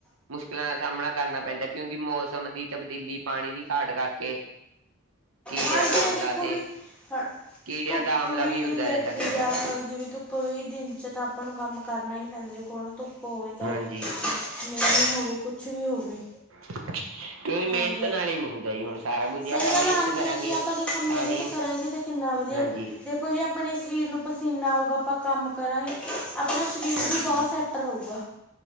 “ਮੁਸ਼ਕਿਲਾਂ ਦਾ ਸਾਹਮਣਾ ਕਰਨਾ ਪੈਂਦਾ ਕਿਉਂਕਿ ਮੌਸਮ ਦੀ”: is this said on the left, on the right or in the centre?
Right